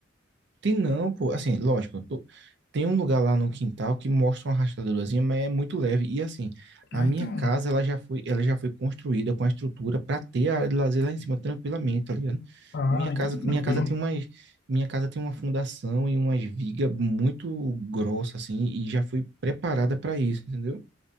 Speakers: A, on the right; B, on the left.
A: Tem não, pô. Assim, lógico, eu tô- tem um lugar lá no quintal que mostra uma rachadurazinha, mas é muito leve. E assim, a
B: Ah,
A: minha
B: então,
A: casa, ela já foi, ela já foi construída com a estrutura para ter a área de lazer lá em cima tranquilamente, tá ligado?
B: ah,
A: Minha casa,
B: então tá tranquilo.
A: minha casa tem umas, minha casa tem uma fundação e umas vigas muito grossas assim, e já foi preparada para isso, entendeu?